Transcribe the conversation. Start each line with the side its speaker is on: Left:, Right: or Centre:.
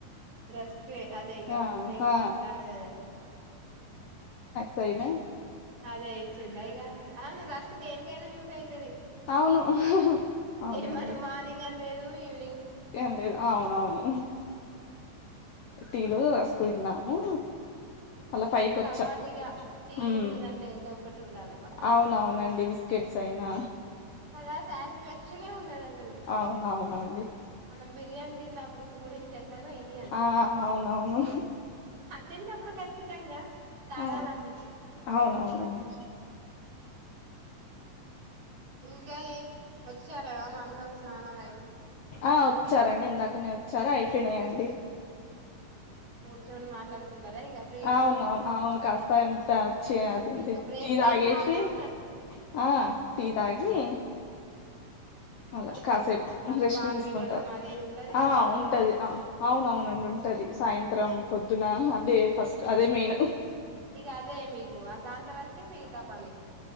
Right: రస్కే అదే ఇగ
Left: ఆ
Right: బ్రేక్ఫాస్ట్లాగా
Left: ఆ సైనా
Right: అదే యేసిండ ఇగా అవును రస్కు దేనికైనా యూస్ అయి తది
Left: అవును
Right: అదే
Left: అవునండి
Right: మరి మార్నింగ్ లేదు యు
Left: ఏం లేదు అవునవును
Right: ఆ
Left: టీలో రాసుకు తిన్నాము అలా పైకి
Right: అదక
Left: వచ్చా
Right: అలవాటుగా టీ
Left: ఉమ్
Right: ఉందంటే ఏదో ఒకటి ఉండాలి పక్కన
Left: అవునవునండి బిస్కెట్స్ అయినా
Right: కదా సనస్ చలే ఉండదు అసలు
Left: అవునవునండి
Right: మనం బిర్యానీ తిన్నప్పుడు కూల్ డ్రింగ్క్ అలను ఇది అంతే
Left: ఆ అవునవును
Right: తిన్నప్పుడు ఖచ్చితంగా తాగాలనిపిస్తుంది
Left: అవును అవునవునండి
Right: ఇంకాయ వచ్చారా మామ వాళ్ళ స్నాాలల
Left: ఆ ఉచ్చార ఇందాకనే వచ్చారా అయిపోయినాయిడి
Right: ఇంక కూర్చొని మాట్లాడుకుంటారా ఇక ఫ్రీగా
Left: అవును అవును అవును కాస్తా ఎంత తి
Right: ఇంకా బ్రేక్
Left: టీ తాగేసి
Right: టైం చాలానే ఉంటది
Left: ఆ టీ తాగే ఇ అ కాసేపూ
Right: మళ్ళా పాలు
Left: తీసుకుంటారు
Right: పిండడం అది ఇది ఉంటది ఇక
Left: ఆ
Right: కొంచెం
Left: ఉంటది
Right: ప్రాసెస్
Left: అవునవునండి ఉంటది సాయంత్రం పొద్దున అదే అదే మెయిన్
Right: ఇగ అదే మీకు దాని తర్వాతనే మిగతా పని